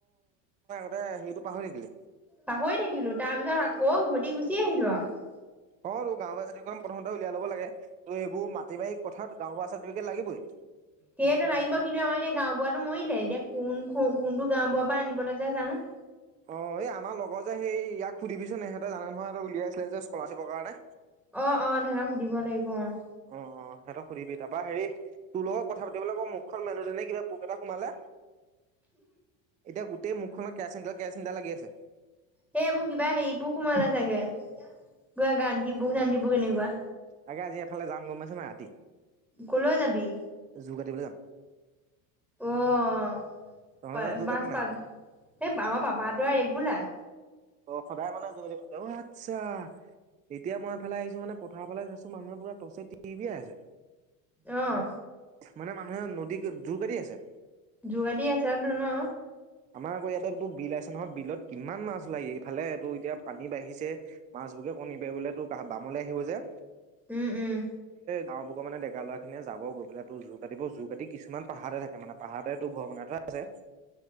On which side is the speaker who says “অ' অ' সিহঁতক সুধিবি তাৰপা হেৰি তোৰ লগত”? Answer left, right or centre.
Right